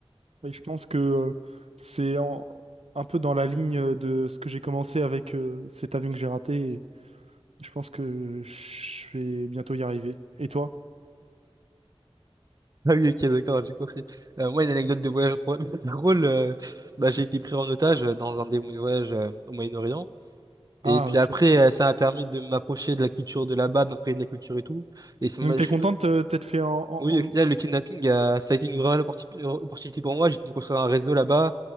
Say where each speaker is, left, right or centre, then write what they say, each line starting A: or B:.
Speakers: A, on the right; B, on the right.
A: Et je pense que euh, c'est en- un peu dans la ligne euh, de ce que j'ai commencé avec euh, cet avion que j'ai raté. Et je pense que je vais bientôt y arriver. Et toi?
B: Ah oui, ok, d'accord, j'ai compris. Euh, moi, une anecdote de voyage drôle, <laughs> drôle, euh, bah, j'ai été pris en otage euh, dans un des voyages euh, au Moyen-Orient.
A: Ah,
B: Et puis
A: ok.
B: après, euh, ça m'a permis de m'approcher de la culture de là-bas, de m'imprégner de la culture et tout. Et ça
A: Donc
B: m'a,
A: t'es
B: je suis...
A: contente euh, t'être fait en, en-
B: Oui, au final,
A: en- Je
B: le kidnapping, euh, ça a été une vraie opportu- opportunité pour moi. J'ai pu construire un réseau là-bas,